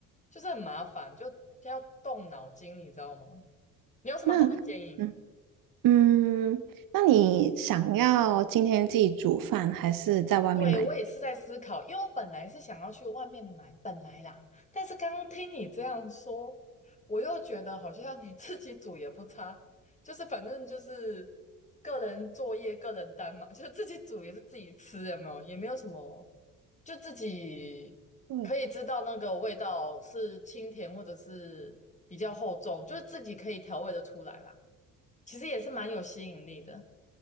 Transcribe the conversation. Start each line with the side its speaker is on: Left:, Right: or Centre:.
Left: 就是很麻烦，就要动脑筋，你知道吗？你有什么好的建议吗？
Right: 那嗯嗯，那你想要今天自己煮饭，还是在外面买？
Left: 对，我也是在思考，因为我本来是想要去外面买，本来啦，但是刚刚听你这样说，我又觉得好像 <laughs> 自己煮也不差，就是反正就是个人作业、个人单嘛，就是自己煮也是自己吃，有没有？也没有什么，就自己可以知道那个味道是清甜或者是比较厚重，
Right: 对
Left: 就是自己可以调味的出来啦。其实也是蛮有吸引力的